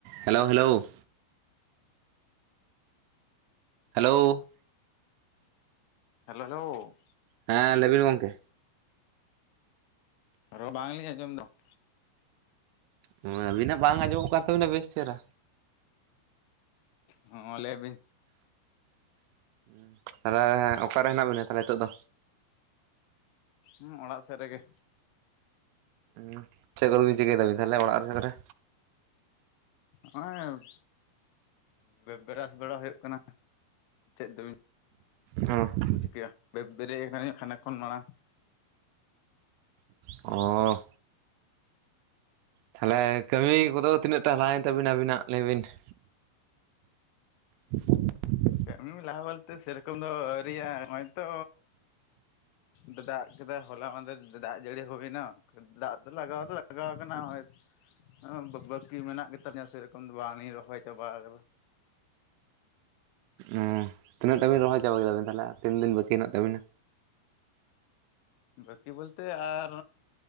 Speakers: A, on the right (about 80°); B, on the left (about 85°).
A: Hello hello. Hello.
B: Hello hello.
A: ᱦᱮᱸ ᱞᱟᱹᱭ ᱵᱤᱱ ᱜᱚᱝᱠᱮ᱾
B: ᱟᱨᱚ ᱵᱟᱝᱞᱤᱧ ᱟᱸᱡᱚᱢ ᱮᱫᱟ ᱾
A: ᱦᱩᱸ ᱟᱵᱤᱱᱟᱜ ᱵᱟᱝ ᱟᱡᱚᱢᱚᱜ ᱠᱟᱱ ᱛᱟᱵᱤᱱᱟ ᱵᱮᱥ ᱪᱮᱦᱨᱟ᱾
B: ᱦᱚᱸ ᱞᱟᱹᱭ ᱵᱤᱱ᱾
A: <inaudible> ᱛᱟᱦᱞᱮ ᱚᱠᱟᱨᱮ ᱢᱮᱱᱟᱜ ᱵᱤᱱᱟ ᱛᱟᱞᱦᱮ ᱱᱤᱛᱚᱜ ᱫᱚ?
B: ᱦᱮᱸ ᱚᱲᱟᱜ ᱥᱮᱫ ᱨᱮᱜᱮ᱾
A: ᱦᱮᱸ ᱪᱮᱫ ᱠᱚᱫᱚ ᱵᱤᱱ ᱪᱤᱠᱟᱹᱭ ᱮᱫᱟᱵᱤᱱ ᱛᱟᱦᱚᱞᱮ ᱚᱲᱟᱜ ᱨᱮ ᱥᱮᱫ ᱨᱮ?
B: ᱦᱚᱜ-ᱚᱭ <inaudible> ᱵᱨᱟ-ᱵᱨᱟᱥ ᱵᱟᱲᱟ ᱦᱩᱭᱩᱜ ᱠᱟᱱᱟ᱾ <inaudible> ᱪᱮᱫ ᱫᱚᱵᱤᱱ
A: ᱦᱚᱸ᱾
B: ᱪᱤᱠᱟᱹᱭᱟ ᱵᱮ-ᱵᱮᱨᱮᱫ ᱟᱠᱟᱱᱟᱹᱧ ᱠᱷᱟᱱᱮᱜ ᱠᱷᱚᱱ ᱢᱟᱲᱟᱝ᱾
A: ᱚᱻ ᱛᱟᱦᱚᱞᱮ ᱠᱟᱹᱢᱤ ᱠᱚᱫᱚ ᱛᱤᱱᱟᱹᱜ ᱴᱟᱜ ᱞᱟᱦᱟᱭᱮᱱ ᱛᱟᱵᱤᱱᱟ ᱟᱵᱤᱱᱟᱜ ᱞᱟᱹᱭᱵᱤᱱ ᱾ <inaudible>
B: ᱠᱟᱹᱢᱤ ᱞᱟᱦᱟ ᱵᱚᱞᱛᱮ ᱥᱮᱨᱚᱠᱚᱢ ᱫᱚ ᱟᱹᱣᱨᱤᱭᱟᱜ-ᱟ ᱱᱚᱜ-ᱚᱭ ᱛᱚ ᱫᱟ-ᱫᱟᱜ ᱠᱮᱫᱟ ᱦᱚᱞᱟ ᱢᱟᱸᱫᱷᱮᱨ ᱫᱟ-ᱫᱟᱜ ᱡᱟᱹᱲᱤ ᱦᱩᱭᱮᱱᱟ ᱾ ᱫᱟᱜ ᱫᱚ ᱞᱟᱜᱟᱣ ᱫᱚ ᱞᱟᱜᱟᱣ ᱠᱟᱱᱟ ᱦᱚᱜ-ᱚᱭ ᱵᱟ-ᱵᱟᱠᱤ ᱢᱮᱱᱟᱜ ᱜᱮ ᱛᱟᱞᱤᱧᱟ ᱥᱮᱨᱚᱠᱚᱢ ᱫᱚ ᱵᱟᱝᱞᱤᱧ ᱨᱚᱦᱚᱭ ᱪᱟᱵᱟ ᱟᱠᱟᱫᱟ᱾
A: ᱚᱸ ᱛᱤᱱᱟᱹᱜ ᱴᱟᱜ ᱵᱤᱱ ᱨᱚᱦᱚᱭ ᱪᱟᱵᱟ ᱠᱮᱫᱟᱵᱤᱱ ᱛᱟᱦᱚᱞᱮ, ᱟᱨ ᱛᱤᱱ ᱫᱤᱱ ᱵᱟᱹᱠᱤ ᱦᱮᱱᱟᱜ ᱛᱟᱵᱤᱱᱟ?
B: ᱵᱟᱠᱤ ᱵᱚᱞᱛᱮ ᱟᱨ